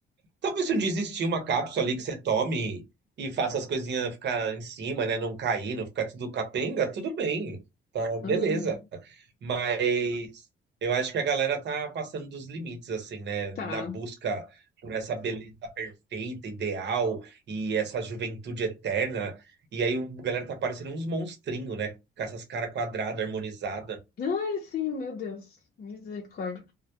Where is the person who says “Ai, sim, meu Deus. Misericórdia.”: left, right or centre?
Left